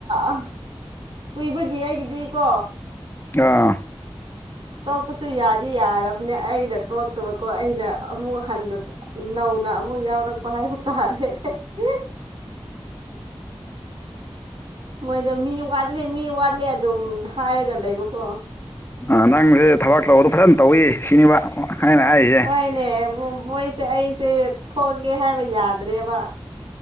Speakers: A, on the right; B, on the left.
A: <unintelligible> ꯀꯨꯏꯕꯒꯤ ꯑꯩꯒꯤꯗꯤꯀꯣ
B: ꯑꯥ
A: ꯇꯣꯛꯄꯁꯨ ꯌꯥꯗꯤ ꯌꯥꯔꯕꯅꯦ ꯑꯩꯅ ꯇꯣꯛꯇꯕꯀꯣ ꯑꯩꯅ ꯑꯃꯨꯛ ꯍꯟꯅ__ ꯅꯧꯅ ꯑꯃꯨꯛ ꯌꯥꯎꯔꯛꯄ ꯍꯥꯏꯕ ꯇꯥꯔꯦ <unintelligible> ꯃꯣꯏꯗꯣ ꯃꯤ ꯋꯥꯠꯂꯦ ꯃꯤ ꯋꯥꯠꯂꯦ ꯑꯗꯨꯝ ꯍꯥꯏꯔꯒ ꯂꯩꯕꯀꯣ <unintelligible>
B: ꯑꯥ ꯅꯪꯁꯦ ꯊꯕꯛ ꯇꯧꯕꯗꯣ ꯐꯖꯅ ꯇꯧꯋꯤ ꯁꯤꯅꯦꯕ ꯑꯩꯅ ꯍꯥꯏꯔꯤꯁꯦ
A: ꯍꯣꯏꯅꯦ ꯃ ꯃꯣꯏꯁ__ ꯑꯩꯁꯦ ꯊꯣꯛꯑꯒꯦ ꯍꯥꯏꯕ ꯌꯥꯗ꯭ꯔꯦꯕ